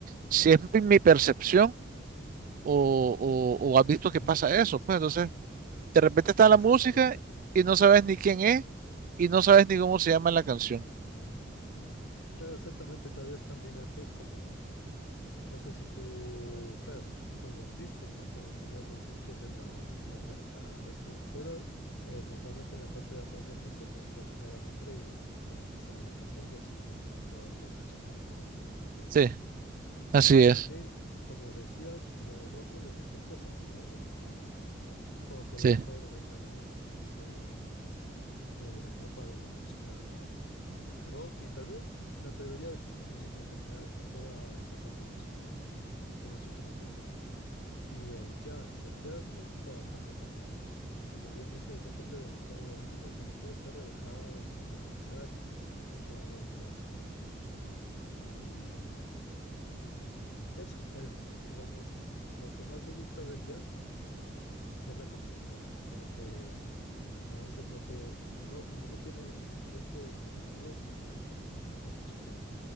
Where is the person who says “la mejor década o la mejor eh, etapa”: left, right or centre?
Left